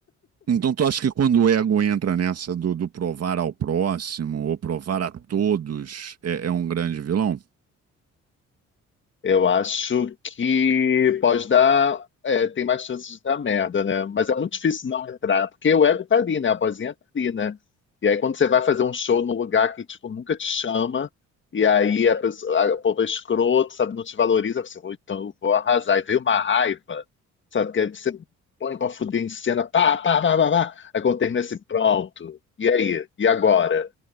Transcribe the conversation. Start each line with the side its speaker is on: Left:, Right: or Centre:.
Right: Então tu acha que quando o ego entra nessa do, do provar ao próximo ou provar a todos, é, é um grande vilão?
Left: Eu acho que pode dar. é, tem mais chances de dar merda, né? Mas é muito difícil não entrar, porque o ego tá ali, né? A vozinha tá ali, né? E aí, quando você vai fazer um show num lugar que, tipo, nunca te chama, e aí a pessoa, a, o povo é escroto, sabe, não te valoriza, você, "Vou- então eu vou arrasar. E veio uma raiva, sabe, que aí você põe pra fuder em cena, pá, pá, pá, pá, pá. Aí quando termina assim, pronto. E aí? E agora?